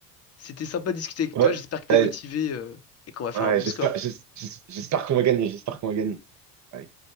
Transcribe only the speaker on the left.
C'était sympa de discuter avec
toi, j'espère que t'es
motivé euh, et qu'on va faire
un bon
score.